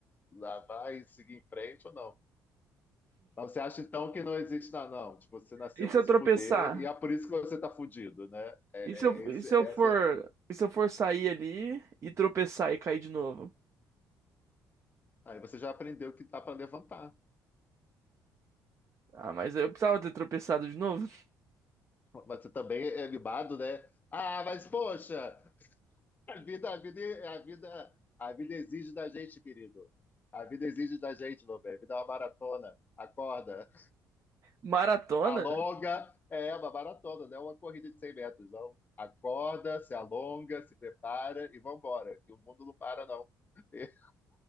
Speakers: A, on the left; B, on the right.
A: lá vai seguir em frente ou não. Mas você acha então que não existe nada, não? Tipo, você nasceu
B: E se
A: para
B: eu
A: se
B: tropeçar?
A: fuder e é por isso que você tá fudido, né? É,
B: E se eu,
A: é- é esse-
B: e se
A: é
B: eu for,
A: essa.
B: e se eu for sair ali e tropeçar e cair de novo?
A: Aí você já aprendeu que dá para levantar.
B: Ah, mas aí eu precisava ter tropeçado de novo. <laughs>
A: Mas você também é libado, né? Ah, mas poxa, a vida, a vida, a vida, a vida exige da gente, querido. A vida exige da gente, meu bem. A vida é uma maratona. Acorda.
B: Maratona?
A: Alonga. É uma maratona, não é uma corrida de 100 metros, não. Acorda, se alonga, se prepara e vambora. Que o mundo não para, não. <laughs>